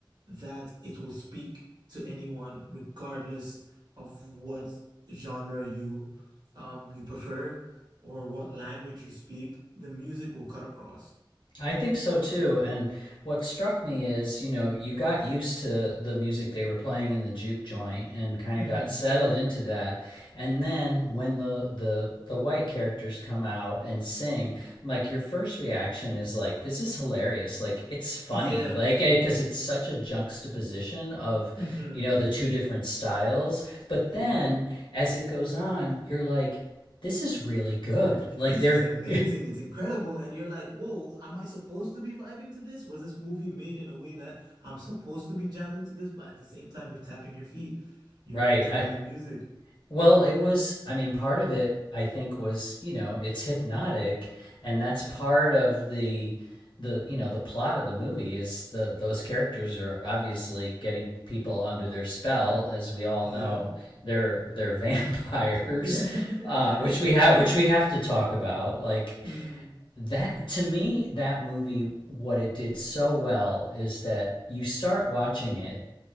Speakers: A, on the right; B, on the left.
A: that it will speak to anyone, regardless of what genre you um you prefer or what language you speak, the music will cut across.
B: I think so too. And what struck me is, you know, you got used to the music they were playing in the juke joint and kind
A: hmm
B: of got settled into that. And then when the the the white characters come out and sing, like your first reaction is like, this is hilarious. Like it's funny.
A: Yeah.
B: Like because it's such a juxtaposition of,
A: hmm
B: you know, the two different styles. But
A: Yep.
B: then as it goes on, you're like, this is really good. Like
A: This
B: they're
A: is amazing.
B: <laughs>
A: It's incredible. And you're like, whoa, am I supposed to be vibing to this? Was this movie made in a way that I'm supposed to be jamming to this? But at the same time, you're tapping your feet. You're
B: Right.
A: enjoying
B: I
A: the music.
B: Well, it was, I mean, part of it, I think, was, you know, it's hypnotic, and that's
A: Mm-hmm.
B: part of the the you know the plot of the movie is the those characters are obviously getting people under their spell as we all
A: Yep.
B: know they're they're <laughs> vampires
A: Yeah. <laughs>
B: uh which we have which we have to talk about like
A: Mm-hmm.
B: that to me that movie what it did so well is that you start watching it